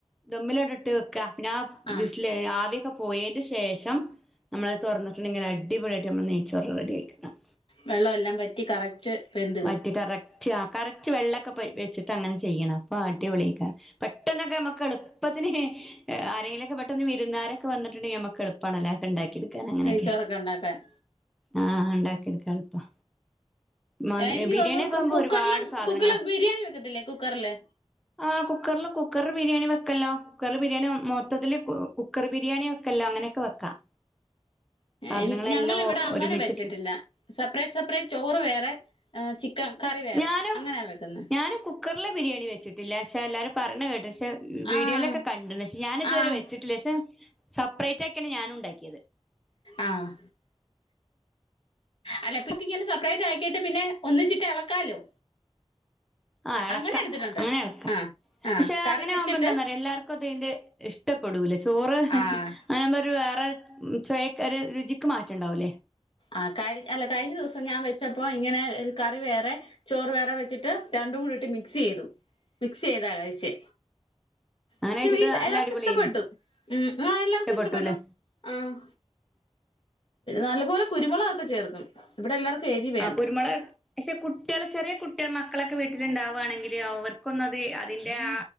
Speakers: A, in the centre; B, on the left.
A: ദമ്മിലോട്ട് ഇട്ട് വെക്കുക. പിന്നെയാ
B: ആഹ്
A: വിസി <unintelligible> ആവിയൊക്കെ പോയേൻ്റെ ശേ ശേഷം നമ്മളത് തൊറന്നിട്ടുണ്ടെങ്കിൽ അടിപൊളിയായിട്ട് നമ്മളെ നെയ്ച്ചോറ് റെഡി ആയിരിക്കും ആഹ്
B: വെള്ളം എല്ലാം വറ്റി കറക്റ്റ് റ്റ് പരു
A: വറ്റി കറക്റ്റ്, ആഹ് കറക്റ്റ് വെള്ളൊക്കെ പ വെച്ചിട്ട് അങ്ങനെ ചെയ്യണം, അപ്പം അടിപ്പൊളിയായിക്കും പെട്ടെന്നൊക്കെ നമ്മക്ക് എളുപ്പത്തിന് ആരെങ്കിലൊക്കെ പെട്ടെന്ന് വിരുന്നുകാരൊക്കെ വന്നിട്ടുണ്ടെങ്കി നമ്മക്ക് എളു പ്പാണല്ലെ ഒണ്ടാക്കി എടുക്കാൻ അങ്ങനെയൊക്കെ
B: നെയ്ച്ചോറൊക്കെ ഉണ്ടാക്കാൻ
A: ആഹ് ഒണ്ടാക്കി എടുക്കാൻ എളുപ്പാ മ
B: എനിക്ക്
A: ബിരിയാണിയൊക്കെ
B: തോന്നുന്നു കുക്
A: ആകുമ്പോ
B: കുക്കർലും
A: ഒരുപാട് സാധനങ്ങളാ
B: കുക്കറില് ബിരിയാണി വെക്കത്തില്ലേ കുക്കർല്
A: ആഹ് കുക്കർൽ കുക്കറ് ബിരിയാണി വെക്കല്ലോ കുക്കറിൽ ബിരിയാണി മൊത്തത്തില് കുക്കറ് ബിരിയാണി വെക്കല്ലോ അങ്ങനൊക്കെ വെക്കാം സാധനങ്ങളെല്ലാം
B: എനി ഞങ്ങളിവിടെ അങ്ങനെ
A: ഒരുമിച്ചിട്ടിട്ട്
B: വെച്ചട്ടില്ല സപ്പ്റേറ്റ് സപ്പ്റേറ്റ് ചോറ് വേറെ ഏ ചി ക്കൻ കറി വേറെ
A: ഞാനും
B: അങ്ങനെയാ വെക്കുന്നെ
A: ഞാനും കുക്കറിലെ ബിരിയാണി വെച്ചിട്ടില്ല പക്ഷെ എല്ലാരും പറേണ കേട്ട് ട്ട് വീഡിയോയിലൊക്കെ
B: ആഹ്
A: കണ്ടിണ്ട് പക്ഷെ ഞാൻ ഇതുവരെ
B: ആഹ്
A: വെച്ചിട്ടില്ല പക്ഷെ സപ്പറേറ്റ് ആക്കിയാണ് ഞാനും ഉണ്ടാക്കിയത്
B: ആഹ് അല്ല അപ്പഴ്ത്തേക്കും ഇങ്ങനെ സപ്പറേറ്റ് ആക്കിയിട്ട് പിന്നെ ഒന്നിച്ചിട്ട് എളക്കാലോ
A: ആഹ് എളക്കാം
B: അങ്ങനെ എടുത്തിട്ടുണ്ട്
A: അങ്ങനെ എളക്കാം
B: ആഹ് ആഹ്
A: പക്ഷെ
B: കറി
A: അങ്ങനെ
B: വെച്ചിട്ട്
A: ആവുമ്പം എന്താന്നറിയോ എല്ലാർ ക്കും അതിന്റെ ഇഷ്ടപ്പെടൂല ചോറ് അയിനാവുമ്പം
B: ആഹ്
A: ഒരു വേറെ ചൊയക്ക് ഒര് രുചിക്ക് മാറ്റണ്ടാവുല്ലേ
B: ആഹ് കഴി അല്ല കഴിഞ്ഞ ദിവസം ഞാൻ വെ ച്ചപ്പോ ഇങ്ങനെ കറി വേറെ ചോറ് വേറെ വെച്ചിട്ട് രണ്ടും കൂടി ഇട്ട് മിക്സ് ചെയ്തു മിക്സ് ചെയ്താ കഴിച്ചേ
A: അങ്ങനെ
B: പക്ഷെ
A: വെച്ചിട്ട്
B: വീട്ട്ല്
A: നല്ല
B: എല്ലാർക്കും
A: അടിപൊളിയേനു
B: ഇഷ്ടപ്പെട്ടു ഉം ആഹ് എല്ലാർക്കും
A: ഇഷ്ടപ്പെട്ടൂല്ലേ
B: ഇഷ്ടപ്പെട്ടു ആഹ് നല്ല പോലെ കുരുമുളകൊക്കെ ചേർക്കും ഇവിടെല്ലാർക്കും എരിവ്
A: ആഹ് കുരുമൊളക് പക്ഷെ കുട്ടിയള് ചെറിയ കുട്ടിയ മക്കളൊക്കെ വീട്ടിലിണ്ടാവുവാണെങ്കില് അവർക്കൊന്നും അത് അതിന്റെ ആ